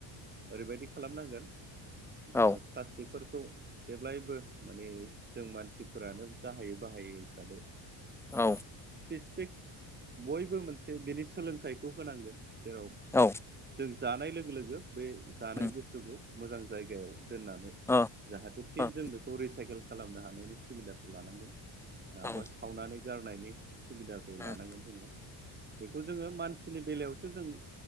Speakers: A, on the right (about 20°); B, in the centre.
A: ओरैबायदि खालामनांगोन जोङो
B: औ
A: प्लास्टिकफोरखौ जेब्लायबो माने जों मानसिफोरानो बाहायै बाहायै हिसाबै
B: औ
A: स्पेसिफिक बयबो मोनसे बेनि सोलोंथाइखौ होनांगोन। जेराव
B: औ
A: जों जानाय लोगो लोगो बे जानाय
B: उम
A: बुस्थुखौ मोजां जायगायाव दोननानै
B: औ
A: जाहाथे फिन
B: उम
A: जों बेखौ रिसाइकेल खालामनो हानायनि सुबिदाखौ लानांगोन। नाबा
B: औ
A: सावनानै गारनायनि सुबिदाखौ
B: उम
A: लानांगोन जोङो बेखौ जोङो मानसि नि बेलायावसो जों